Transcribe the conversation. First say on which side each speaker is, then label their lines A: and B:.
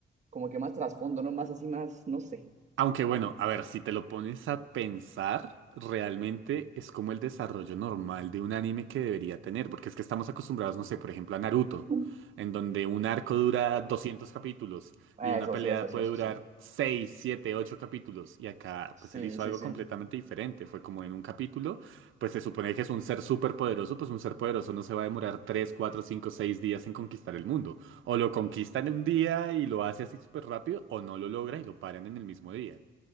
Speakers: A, on the right; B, on the right.
A: como que más trasfondo, ¿no? Más así, más, no sé.
B: Aunque bueno, a ver, si te lo pones a pensar, realmente es como el desarrollo normal de un anime que debería tener, porque es que estamos acostumbrados, no sé, por ejemplo, a Naruto,
A: <laughs>
B: en donde un arco dura 200 capítulos
A: Eso
B: y una pelea
A: sí, eso sí,
B: puede
A: eso
B: durar
A: sí.
B: 6, 7, 8 capítulos, y acá
A: Sí,
B: pues él hizo
A: sí,
B: algo
A: sí.
B: completamente diferente, fue como en un capítulo, pues se supone que es un ser súper poderoso, pues un ser poderoso no se va a demorar 3, 4, 5, 6 días en conquistar el mundo. O lo conquistan en un día y lo hace así súper rápido, o no lo logra y lo paran en el mismo día.